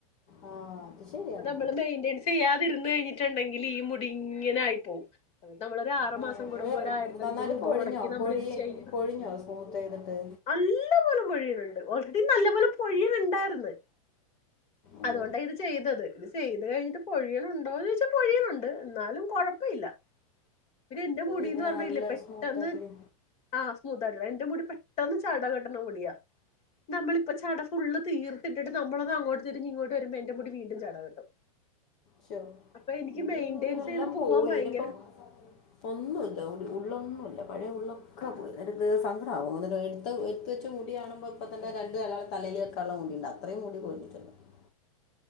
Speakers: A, on the left; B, on the left.
A: ആ അത് ശരിയാണ്
B: അപ്പ നമ്മള് മെയിന്റൻസ് ചെയ്യാതിരുന്ന് കഴിഞ്ഞിട്ടുണ്ടെങ്കില് ഈ മുടി ഇങ്ങനെ ആയി പോവും അപ്പ നമ്മളൊരു ആറു
A: ആ,
B: മാസം കൂടുമ്പോ
A: ഏ,
B: ഒരായിരത്തി അഞ്ഞൂറ്
A: നന്നായിട്ട്
B: രൂപ
A: കൊഴിഞ്ഞോ
B: മുടക്കി നമ്മൾ
A: കൊഴി
B: ഇത് ചെയ്യും
A: കൊഴിഞ്ഞോ സ്മൂത്ത് ചെയ്തിട്ട്
B: നല്ല പോലെ പൊഴിയനെണ്ട് ഓൾറെഡി ക്കും നല്ല പോലെ പൊഴിയണെണ്ടാര്ന്ന്
A: ഉം.
B: അതുകൊണ്ട ഇത് ചെയ്തത് ഇത് ചെയ്ത് കഴിഞ്ഞിട്ട് പൊഴിയണൊണ്ടോന്ന് ചോയ്ച്ചാ പൊഴിയണൊണ്ട് എന്നാലും കൊഴപ്പവില്ല പിന്നെ എന്റെ മുടീന്ന്
A: ഇങ്ങനെ
B: പറഞ്ഞ
A: നല്ല
B: ഇല്ലെ പെട്ടെന്ന്
A: സ്മൂത്തായിട്ട്
B: ആഹ് സ്മൂത്ത് ആയിട്ടുള്ള എന്റെ മുടി പെട്ടെന്ന് ചട കെട്ടണ മുടിയാ നമ്മളിപ്പ ചട ഫുള്ള് തീർത്തിട്ടട്ട് നമ്മളത് അങ്ങോട്ട് തിരിഞ്ഞ് ഇങ്ങോട്ട് വരുമ്പ എന്റെ മുടി വീണ്ടും ചട കെട്ടും
A: ശൊ
B: അപ്പൊ എനിക്ക്
A: എന്റെ
B: മെയിന്റെയിൻസ്
A: മുടി എല്ലാം
B: ചെയ്ത് പോവാൻ
A: പോയി
B: ഭയങ്കര
A: ഇതിപ്പം ഒന്നുല്ല മുടി ഉള്ളൊന്നുല്ല പഴയ ഉള്ളൊക്കെ പോയി നേരത് സങ്കടം ആകും <unintelligible> ത്ത് എടുത്തു വച്ച മുടികാണുമ്പോ ഇപ്പ തന്നെ രണ്ട് അലാളെ തലേല് വെക്കാള്ള മുടീണ്ട് അത്രയും മുടി കൊഴിഞ്ഞിട്ടിണ്ട് ഉം <inaudible> <inaudible>